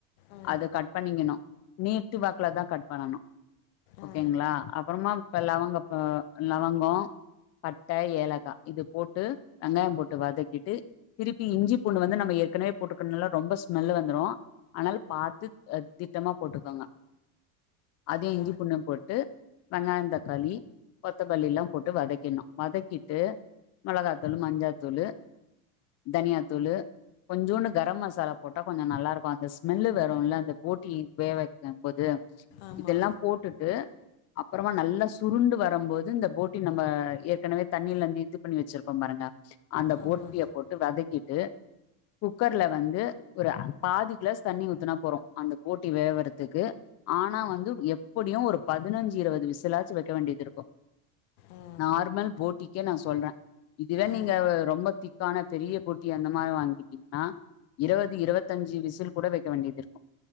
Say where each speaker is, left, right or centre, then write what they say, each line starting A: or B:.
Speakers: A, on the left; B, on the left.
A: ஆ
B: அத கட் பண்ணிங்கணு நீட்டு வாக் குல தா கட் பண்ணணு ஓகேங்களா
A: ஆ
B: அப்புறமா இப்ப லவங்கொ ப லவங்கோ பட்ட ஏலக்கா இது போட்டு வெங்காயோ போட்டு வதக்கிட்டு திருப்பி இஞ்சி பூண்டு வந்து நம்ம ஏற்கனவே போற்றுக்கனால ரொம்ப ஸ்மெல் வந்துரு அதனால பாத்து அ திட்டமா போட்டுக்கோங்க அதே
A: ஆ
B: இஞ்சி புண்ணு போட்டு வெங்காய தக்காளி கொத்தமல்லிலா போட்டு வதக்கிட்னு வதக்கிட்டு மெளகாத்தூளு மஞ்சத்தூளு தனியாத்தூளு கொஞ்சோன்னு கரம் மசாலா போட்டா கொஞ்சோ நல்லாருக்கு அந்த ஸ்மெல்லு வருல அந்த போட்டி வேவக்கம்போது
A: ஆமா
B: இதெல்லா போட்டுட்டு அப்பறமா நல்லா சுருண்டு வரம்போது இந்த போட்டி நம்ம ஏற்கனவே தண்ணிலந்து இது பண்ணி வச்சிருக்கோம் பாருங்க அந்த
A: ஆமா
B: போட்டிய போட்டு வதக்கிட் டு குக்கர்ல வந்து ஒரு அ பாதி கிளாஸ் தண்ணி ஊத்துனா போறு அந்த போட்டி வேவறதுக்கு ஆனா வந்து எப்படியு ஒரு பதினஞ்சு இருவது விசிலாச்சு வைக்க வேண்டியதிருக்கு
A: ஆ
B: நார்மல் போட்டிக்கே நா சொல்ற இதுவே
A: ஆ
B: நீங்க அஹ் ரொம்ப திக்கான பெரிய போட்டி அந்த மாரி வாங்கிட்டீங்கன்னா இருவது இருவத்தஞ்சு விசில் கூட வைக்க வேண்டியதிருக்கு